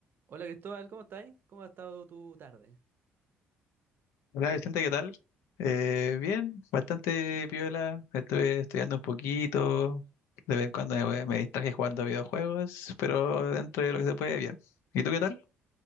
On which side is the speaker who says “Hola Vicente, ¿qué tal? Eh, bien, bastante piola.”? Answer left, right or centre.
Left